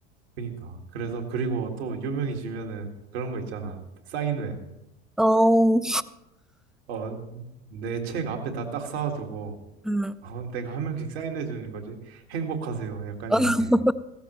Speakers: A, on the right; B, in the centre.
A: 그러니까 그래서 그리고 또 유명해지면은 그런 거 있잖아 사인회
B: 어,
A: 어내 책 앞에다 딱 쌓아두고
B: 음,
A: 어 내가 한 명씩 사인해 주는 거지 행복하세요 약간
B: <laughs>
A: 이렇게